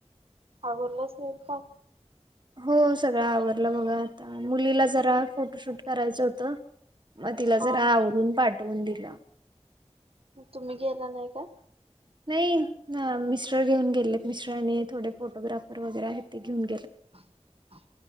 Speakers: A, on the right (about 55°); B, on the right (about 40°).
A: आगरलं स्वयंपाक.
B: हो सगळं आवडलं बघ आता मुलीला जरा फोटोशूट करायचं होतं. मग तिला
A: हा
B: जरा आवरुन पाठवून दिलं.
A: तुम्ही गेला नाही का.
B: नाही मिस्ट्र घेऊन गेलेत मिशट्र आणि थोडे फोटोग्राफर वगैरे आहेत ते घेऊन गेले.
A: ह ह.